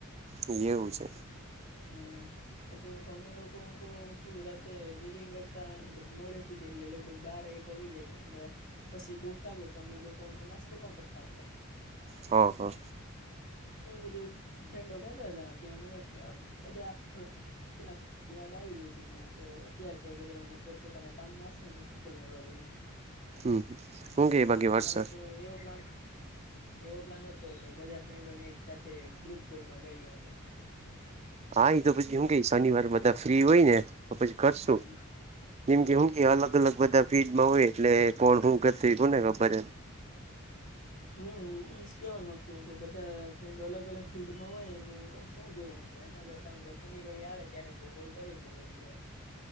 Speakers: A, on the right; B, on the left.
A: એવું છે.
B: હમ. પછી હું અમે લોકો હ કહ શું રાતે રીડિંગ કરતા એ મોડે સુધી એટલે લગભગ બાર એક પગી જાય એ પછી ભૂખ લાગે તો અમે લોકો નાસ્તો પણ કરતા હો.
A: હમ હા.
B: એવું બધું ફ્રેન્ડો કરતા હતા ત્યાં મને બધા. બલા યાદ આવી ગઈ હતી પણ હુંઈ અત્યારે તો બધા પોતપોતાના કામમાં હશે શુંકુલ કરવા બધી ને
A: હમ હું કે બાકી
B: મારો
A: વરસાદ
B: તો એવો પ્લાન એવો પ્લાન હતો કે બધા ફ્રેન્ડો ને એક સાથે ગ્રુપ કોલમાં કરીએ હું.
A: હા એ તો પછી હું કઈ શનિવાર બધા ફ્રી હોય ને તો પછી કરશું.
B: હમ હમ
A: જેમ કે શું કે અલગ અલગ બધા ફિલ્ડમાં હોય એટલે પણ હું ગત થું ને ખબર એમ. <inaudible>
B: હું ઈશ કેહેવા નતું કે બધા ફ્રેન્ડો અલગ અલગ ફિલ્ડમાં હોય ને હ શું કેવું? એગર ત શનિ રવિ આવે ત્યારે હ કોલ કરી હ બધી જો.